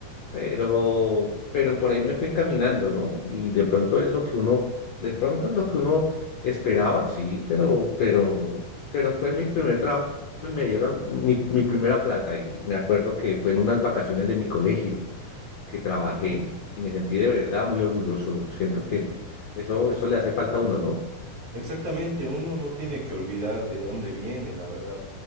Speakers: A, on the left (about 60°); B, on the right (about 50°).
A: pero, pero por ahí me fui encaminando, ¿no? Y de pronto es lo que uno, de pronto es lo que uno esperaba, sí, pero, pero, pero fue mi primer trabajo y me dieron mi, mi primera plata y me acuerdo que fue en unas vacaciones de mi colegio que trabajé
B: Ujú.
A: y me sentí de verdad muy orgulloso. Siento que eso, eso le hace falta a uno, ¿no?
B: Exactamente, uno no tiene que olvidar de dónde viene, la verdad.